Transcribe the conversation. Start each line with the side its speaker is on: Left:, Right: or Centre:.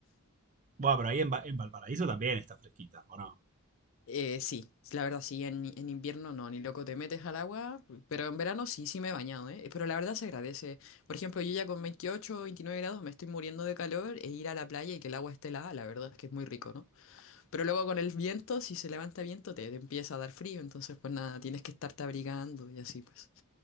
Right: Bueno, pero ahí en, Va- en Valparaíso también está fresquita, ¿o no?
Left: Eh, sí, la verdad, sí, en, en invierno no, ni loco te metes al agua, pero en verano sí, sí me he bañado, ¿eh? Pero la verdad se agradece. Por ejemplo, yo ya con 28, 29 grados me estoy muriendo de calor e ir a la playa y que el agua esté helada, la verdad es que es muy rico, ¿no? Pero luego con el viento, si se levanta viento, te, te empieza a dar frío, entonces pues nada, tienes que estarte abrigando y así pues.